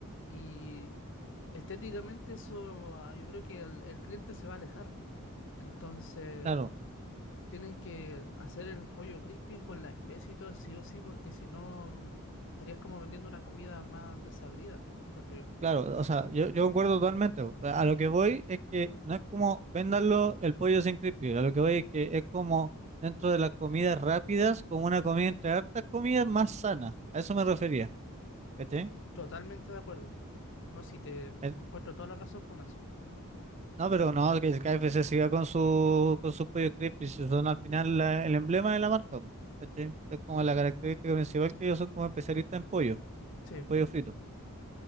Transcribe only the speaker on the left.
y estéticamente eso ah, yo creo que el el cliente se va a alejar. Entonces...
Tienen que hacer el pollo crispy con la especie y todo, sí o sí, porque si no mm, estarías como vendiendo una comida más desabrida, encuentro yo.
Mm, Totalmente de acuerdo. No, sí, te
encuentro toda la razón con eso.
Sí,